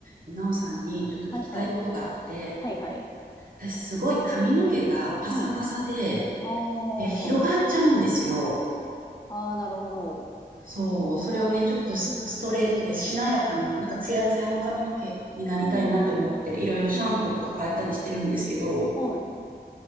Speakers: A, on the right; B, on the left.
A: なおさんにちょっと聞きたいことがあって、
B: はいはい。はいはい。
A: 私すごい髪の毛がパサパサで、
B: うん。あ
A: で広がっちゃうんですよ。
B: あ。ああ、なるほど。
A: そう、それをね、ちょっとスストレートでしなやかな、
B: うん。
A: なんかツヤツヤの髪の毛になりたいなって思って、
B: うん。
A: いろいろシャンプーとか変えたりしてるんですけど、
B: はいはい。は